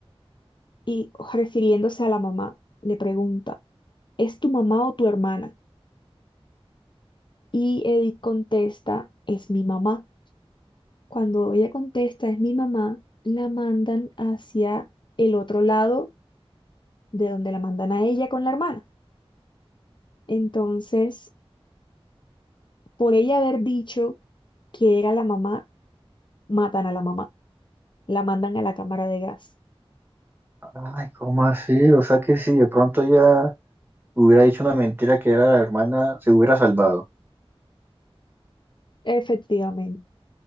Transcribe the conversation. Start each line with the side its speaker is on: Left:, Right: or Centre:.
Left: y refiriéndose a la mamá, le pregunta, ¿es tu mamá o tu hermana? Y Edith contesta, es mi mamá. Cuando ella contesta, es mi mamá, la mandan hacia el otro lado de donde la mandan a ella con la hermana. Entonces, por ella haber dicho que era la mamá, matan a la mamá, la mandan a la cámara de gas.
Right: Ay, ¿cómo así? O sea que si de pronto ella hubiera dicho una mentira que era la hermana, se hubiera salvado.
Left: Efectivamente.